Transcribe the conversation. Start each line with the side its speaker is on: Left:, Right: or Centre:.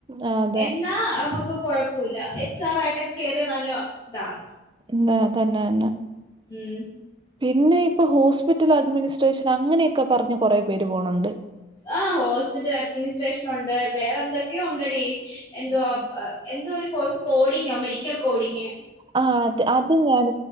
Right: ആ, അത്
Left: എന്നാ നമ്മുക്ക് കൊഴപ്പില്ല എച്ച് ആർ ആയിട്ടൊക്കെ കേറിയാ നല്ല ഇതാണ്
Right: എന്താ അതന്നെ തന്നെ
Left: ഉം
Right: പിന്നെ ഇപ്പൊ ഹോസ്പിറ്റൽ അഡ്മിനിസ്ട്രേഷൻ അങ്ങനെയൊക്കെ പറഞ്ഞ് കുറേ വരുവോണംന്ന്
Left: ആ ഹോസ്പിറ്റൽ അഡ്മിനിസ്ട്രേഷൻ ഉണ്ട് വേറെന്തൊക്കെ ഒക്കെ ഉണ്ടടി എന്തുവാ എന്തോ ഒരു കോഴ്സ് കോഡിങ്ങോ മെഡിക്കൽ കോടിങ്ങ്
Right: ആഹ് അത് അത് ഞാൻ